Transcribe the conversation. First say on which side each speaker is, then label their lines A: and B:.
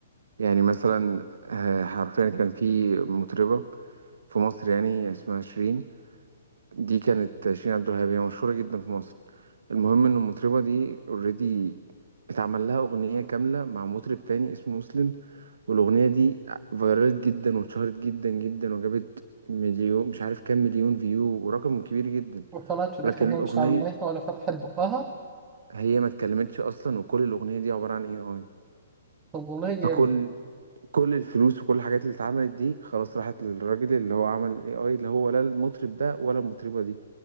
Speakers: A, on the right; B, on the right.
A: يعني مثلا آه، حرفيا كان في مطربة في مصر يعني اسمها شيرين دي كانت شيرين عبد الوهاب هي مشهورة جدا في مصر المهم ان المطربة دي اوريدي اتعمل لها اغنية كاملة مع مطرب تاني اسمه مسلم والأغنية دي فيرالت جدا واتشهرت جدا جدا وجابت مليون مش عارف كام مليون فيو ورقم كبير جدا
B: وطلعت في الآخر
A: لكن
B: هي
A: الأغنية
B: مش عاملاها ولا فتحت بقها
A: هي ما اتكلمتش أصلا وكل الأغنية دي عبارة عن AI
B: طب والله جامد
A: فكل كل الفلوس وكل الحاجات اللي اتعملت دي خلاص راحت للراجل اللي هو عمل ال AI اللي هو لا المطرب ده ولا المطربة دي